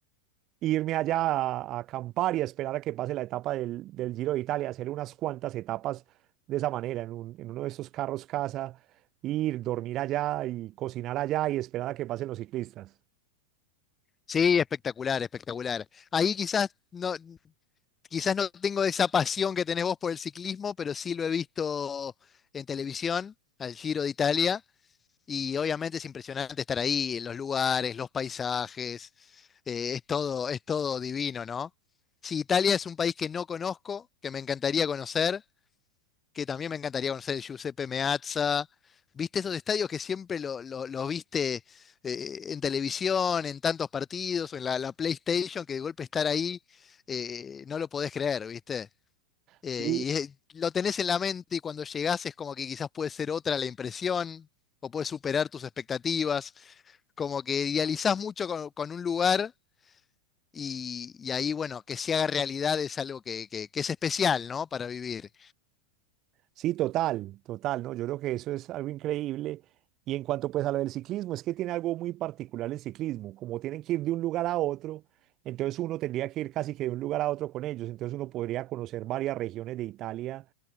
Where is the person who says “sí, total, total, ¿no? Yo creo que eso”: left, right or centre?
Right